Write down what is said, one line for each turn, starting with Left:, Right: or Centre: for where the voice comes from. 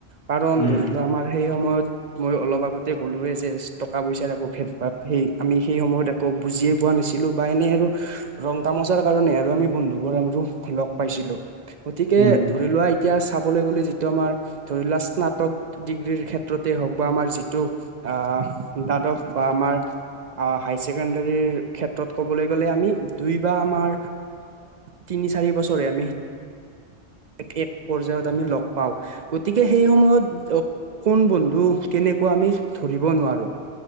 Right: কাৰণ
Left: উম
Right: ধৰি লোৱা আমাৰ সেই সময়ত মই অলপ আগতে কলোৱে যে টকা পইচাৰ একো ভেদ ভাৱ সেই আমি সেই সময়ত একো বুজিয়ে পোৱা নাছিলোঁ বা এনেই আৰু ৰং তামচাৰ কাৰণে আৰু আমি বন্ধু <unintelligible> লগ পাইছিলো গতিকে
Left: উম
Right: ধৰি লোৱা এতিয়া চাবলৈ গ'লে যিটো আমাৰ ধৰি লোৱা স্নাতক ডিগ্ৰীৰ ক্ষেত্ৰতে হওক বা আমাৰ যিটো আহ দ্বাদশ বা আমাৰ হায়াৰ ছেকেণ্ডাৰীৰ ক্ষেত্ৰত ক'বলৈ গ'লে আমি দুই বা আমাৰ তিনি চাৰি বছৰে আমি
Left: <inaudible>
Right: এক এক পৰ্যয়ায়ত আমি লগ পাওঁ গতিকে সেই সময়ত কোন বন্ধু কেনেকুৱা আমি ধৰিবলৈ নোৱাৰোঁ